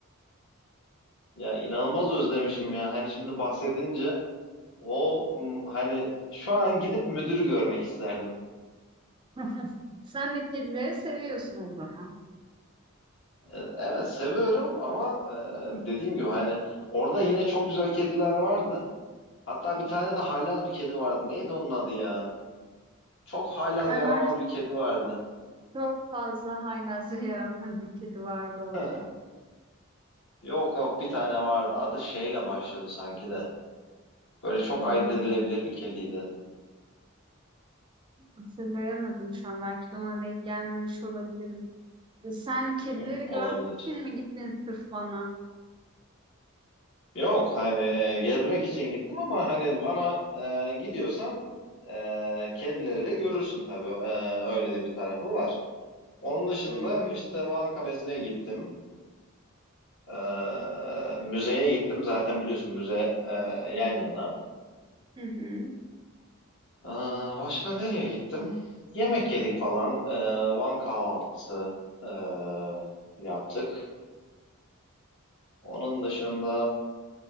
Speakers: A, on the left; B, on the right.
A: Ya inanılmaz özlemişim ya. Hani şimdi bahsedince o m, hani şu an gidip müdürü görmek isterdim.
B: <laughs> Sen de kedileri seviyorsun o zaman.
A: Ee, evet seviyorum ama e, dediğim gibi hani orada yine çok güzel kediler vardı. Hatta bir tane de haylaz bir kedi vardı. Neydi onun adı ya? Çok haylaz
B: Yani
A: yaramaz
B: bence
A: bir kedi vardı.
B: çok fazla haylazlığa <laughs> yaramaz bir kedi vardı orada.
A: <laughs> Yok yok bir tane vardı. Adı şeyle başlıyordu sanki de. Böyle çok
B: Hmm,
A: ayırt edilebilir bir kediydi.
B: hatırlayamadım şu an. Belki de ona denk gelmemiş olabilirim. Sen kedileri
A: Hı, olabilir.
B: görmek için mi gittin sırf bana?
A: Yok hani e, gezmek için gittim ama hani Van'a e, gidiyorsan e, kedileri de görürsün tabii. E, öyle de bir tarafı var. Onun dışında
B: Hmm,
A: işte Van Kalesi'ne gittim. E, müzeye gittim. Zaten biliyorsun müze e, yan yana.
B: Hı hı.
A: Ee, başka nereye gittim? Yemek yedik falan. Ee, Van kahvaltısı ee, yaptık. Onun dışında